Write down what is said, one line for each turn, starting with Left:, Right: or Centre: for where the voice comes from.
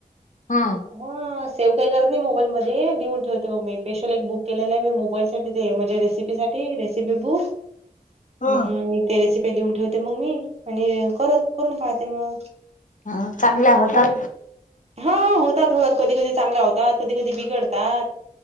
Left: हा.
Right: हो. सेव काही करत नाही मोबाईल मध्ये लिहुन ठेवते मग मी स्पेशल एक बुक केलेला आहे मी मोबाईलसाठी ते म्हणजे रेसिपी साठी रेसिपी बुक.
Left: हा.
Right: हम्म ते रेसिपीया लिहून ठेवते मग मी आणि करत करून पाहते मग.
Left: हा चांगल्या होतात.
Right: हो हा होतात-होतात कधी-कधी चांगल्या होतात, कधी-कधी बिघडतात.